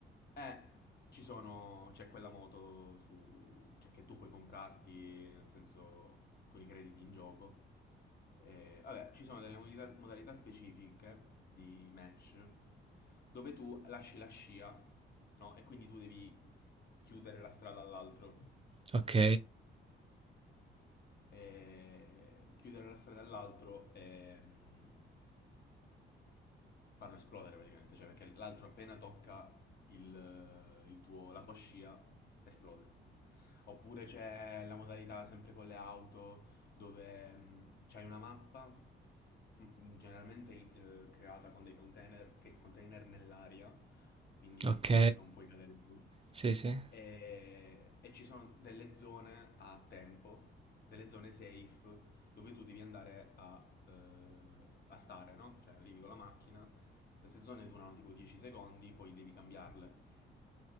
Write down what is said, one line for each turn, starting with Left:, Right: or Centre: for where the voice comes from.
Left: Eh, ci sono, c'è quella moto su, cioè che tu puoi comprarti, nel senso, con i crediti in gioco. Eh, vabbè, ci sono delle modalità, modalità specifiche di match dove tu lasci la scia, no? E quindi tu devi chiudere la strada all'altro
Right: Ok,
Left: e chiudere una strada all'altro e mm, farlo esplodere praticamente, cioè perché l'altro appena tocca il, il tuo, la tua scia esplode. Oppure c'è la modalità sempre con le auto dove mm, c'hai una mappa mm, mm, generalmente eh, creata con dei container, che container nell'aria, quindi
Right: ok.
Left: non puoi cadere giù.
Right: Sì, sì.
Left: E, e ci sono delle zone a tempo, delle zone safe, dove tu devi andare a, eh, a stare, no? Cioè arrivi con la macchina, queste zone durano tipo 10 secondi, poi devi cambiarle,